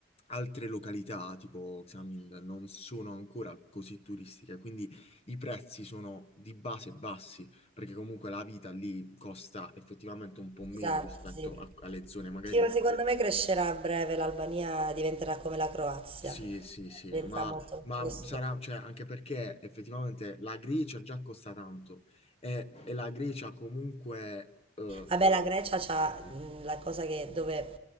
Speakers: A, on the left (about 35°); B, on the right (about 30°).
A: altre località tipo Xamil non sono ancora così turistiche, quindi i prezzi sono di base bassi, perché comunque la vita lì costa effettivamente un po' meno
B: Esatto,
A: rispetto
B: sì.
A: a- alle zone magari...
B: Sì, ma secondo me crescerà a breve, l'Albania diventerà come la Croazia,
A: Sì, sì, sì,
B: diventerà
A: ma,
B: molto molto
A: ma
B: costosa.
A: sarà, cioè, anche perché effettivamente la Grecia già costa tanto e, e la Grecia comunque, eh,
B: Vabbè, la Grecia c'ha mh, la cosa che dove